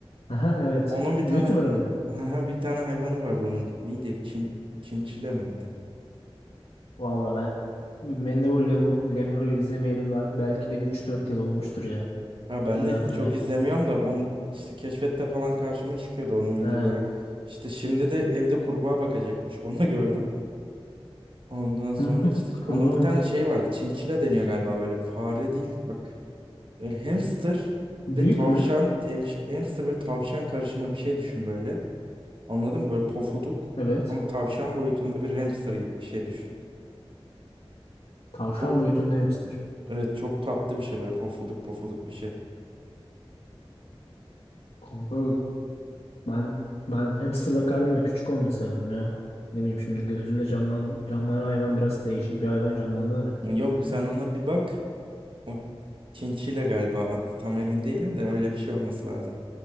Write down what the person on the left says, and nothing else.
Aha evet.
YouTuber
mı?
Valla ben Mendebur Lebu- Lemur'u izlemeyeli bel- belki de üç dört yıl olmuştur ya.
Şimdi
hatırlayamıyorum.
He.
<laughs>
Kurbağa
mı?
Büyük
mü?
Evet.
Tavşan
boyutunda hamster.
Kanka ben ben hamster bakardım da küçük olması lazım ya. Ne bileyim şimdi gözümde canlan canlanan hayvan biraz değişik bir hayvan canlandı da.